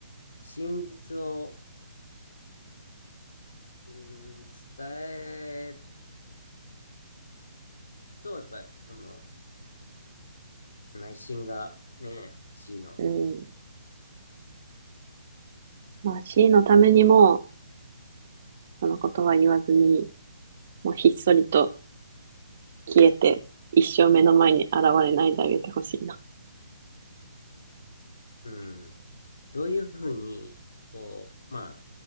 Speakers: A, on the left; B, on the right.
A: 真実を、うーん、伝えると、やっぱり、その、内心がね、C の、
B: うん、まあ C のためにも、そのことは言わずに、もうひっそりと消えて、一生目の前に現れないであげてほしいな。
A: うん、どういうふうに、こう、まあ、